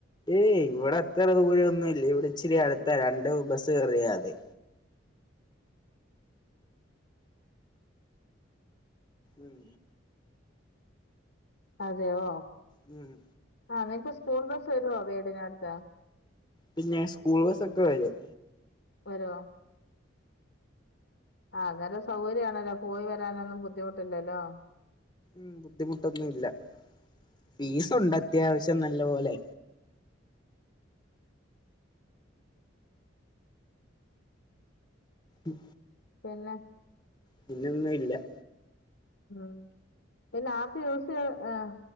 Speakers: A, on the left; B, on the left.
A: ഏയ് ഇവിടെ അത്ര ദൂരൊന്നുല്ല ഇവിടെച്ചിരി അടുത്താ രണ്ട് ബസ്സ് കറിയാതി. ഉം
B: അതെയോ?
A: ം
B: ആഹ് നിങക്ക് സ്കൂൾ ബസ് വരോ വീടിനടുത്ത്.
A: പിന്നെ സ്കൂൾ ബസ്സൊക്കെ വരും.
B: വരോ? ആ അന്നേരം സൗകര്യാണല്ലോ പോയി വരാനൊന്നും ബുദ്ധിമുട്ടില്ലല്ലോ.
A: ം ബുദ്ധിമുട്ടൊന്നുല്ല ഫീസുണ്ട് അത്യാവശ്യം നല്ല പോലെ. ം
B: പിന്നെ?
A: പിന്നൊന്നു ഇല്ല.
B: ം പിന്നെ ആപ്പി യൂസിയ ഏഹ്